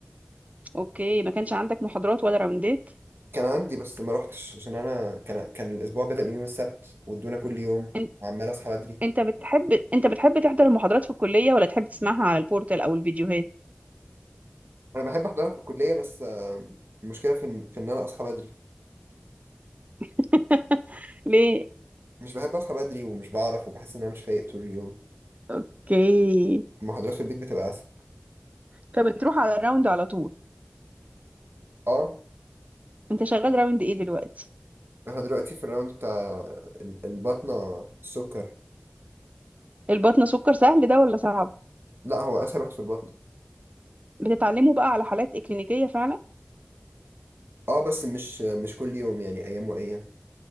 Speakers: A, on the right; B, on the right.
A: اوكي ما كانش عندك محاضرات ولا راوندات
B: كان عندي بس ما روحتش عشان انا كان كان الاسبوع بدأ من يوم السبت وادونا كل يوم
A: ان-
B: وعمال اصحى بدري
A: انت بتحب انت بتحب تحضر المحاضرات في الكليه ولا تحب تسمعها على البورتال او الفيديوهات
B: انا بحب احضرها في الكليه بس آه، المشكله في ان في ان انا اصحى بدري
A: <laughs> ليه
B: مش بحب اصحى بدري ومش بعرف وبحس ان انا مش فايق طول اليوم
A: اوكي
B: فالمحاضرات في البيت بتبقى اسهل
A: فبتروح على الراوند على طول
B: اه
A: انت شغال راوند ايه دلوقتي
B: احنا دلوقتي في الراوند بتاع ال- البطنه السكر
A: البطنه سكر سهل ده ولا صعب
B: لا هو اسهل واحد في البطن
A: بتتعلموا بقى على حالات اكلينيكيه فعلا
B: اه بس مش مش كل يوم يعني ايام وايام